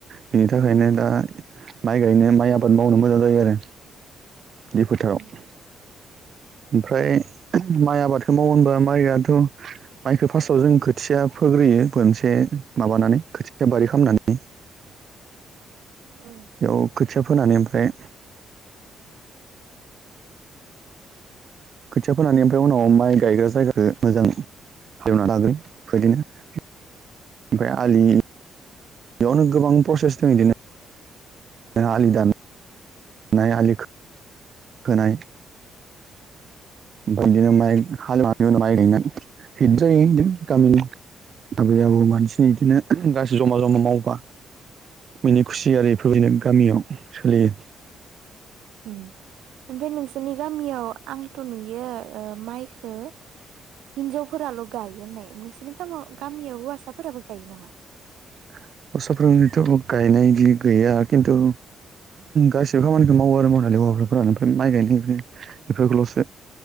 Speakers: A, on the right; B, on the right.
A: बिनि
B: उम
A: थाखायनो दा माइ गायनो माइ आबाद मावनो मोजां जायो आरो। बे फोथाराव
B: उम
A: ओमफ्राय माइ आबादखौ मावोहोनबा माइआथ' माइखौ फास्तआव जों खोथिया फोग्रोयो मोनसे माबानानै खोथिया बारि खालामनानै।
B: औ।
A: बेयाव खोथिया फोनानै ओमफ्राय खोथिया फोनानै ओमफ्राय उनाव माइ गायग्रा जायगाखौ मोजां हालेवना लाग्रोयो बेबायदिनो ओमफ्राय आलि बेयावनो गोबां प्रसेस दं इदिनो आलि दाननाय आलि खोनाय । <inaudible> ओमफ्राय इदिनो माइ हालेवनानै माइ गायनानै हित जायो इदिनो गामिनि आबै आबौ मानसिनि बिदिनो गासै जमा जमा मावबा मिनि खुसिआरि इफोर बादिनो गामियाव सोलियो।
B: उम ओमफाय नोंसोरनि गामियाव आंथ' नुयो ओ‌ माइखो हिनजावफोराल' गायो होननाय नोंसोरनि गामायाव गामियाव हौवासाफोराबो गायो नामा?
A: <inaudible> हौवासाफोरनिथ' गायनाय बिदि गैया खिन्थु गासिबो खामानिखौ मावो आरो मावनायालाय हौवाफोरानो माइ गायनाय बेफोरखौल'सो